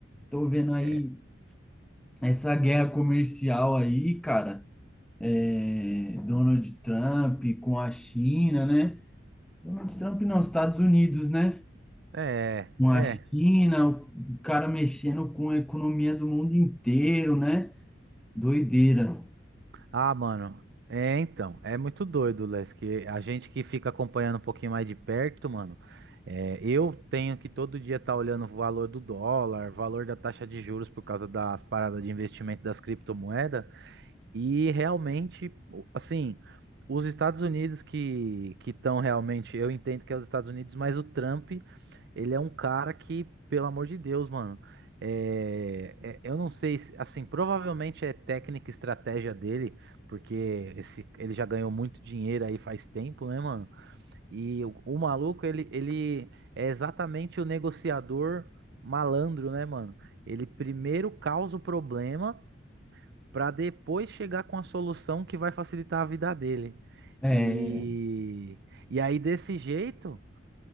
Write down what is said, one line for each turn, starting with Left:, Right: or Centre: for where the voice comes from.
Centre: Tô vendo aí
Right: é,
Centre: essa guerra comercial aí, cara. É, Donald Trump com a China, né? Donald Trump nos Estados Unidos, né?
Right: é,
Centre: uma
Right: é.
Centre: China, o cara mexendo com a economia do mundo inteiro, né? Doideira.
Right: Ah, mano, é então, é muito doido, Les, que a gente que fica acompanhando um pouquinho mais de perto, mano, é, eu tenho que todo dia estar olhando o valor do dólar, valor da taxa de juros por causa das paradas de investimento das criptomoedas. E realmente, o- assim, os Estados Unidos que que estão realmente, eu entendo que é os Estados Unidos, mas o Trump, ele é um cara que, pelo amor de Deus, mano, é, é- eu não sei, se- assim, provavelmente é técnica e estratégia dele, porque esse, ele já ganhou muito dinheiro aí faz tempo, né, mano? E o, o maluco, ele, ele é exatamente o negociador malandro, né, mano? Ele primeiro causa o problema para depois chegar com a solução que vai facilitar a vida dele.
Centre: É,
Right: E, e aí, desse jeito,